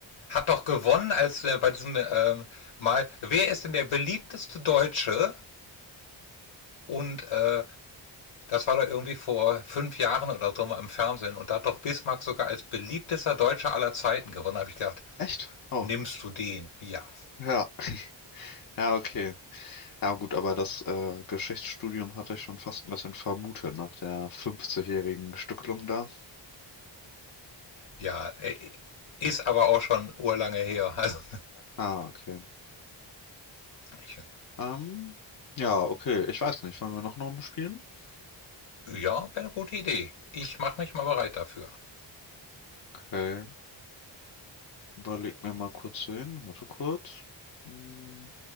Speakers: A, on the left (about 80°); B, on the left (about 45°).
A: hat doch gewonnen als äh, bei diesem ähm, Mal. Wer ist denn der beliebteste Deutsche? Und äh, das war doch irgendwie vor fünf Jahren oder so mal im Fernsehen. Und da hat doch Bismarck sogar als beliebtester Deutscher aller Zeiten gewonnen. Da habe ich gedacht,
B: Echt? Oh,
A: nimmst du den? Ja.
B: ja. <laughs> Ja, okay. Ja, gut, aber das äh, Geschichtsstudium hatte ich schon fast ein bisschen vermutet nach der 50-jährigen Stückelung da.
A: Ja. Äh, ist aber auch schon urlange her. Also,
B: Ah, okay.
A: <laughs> ich,
B: Ähm, ja, okay. Ich weiß nicht. Wollen wir noch eine Runde spielen?
A: ja, wäre eine gute Idee. Ich mache mich mal bereit dafür.
B: Okay. Überleg mir mal kurz hin. Warte kurz. Hm.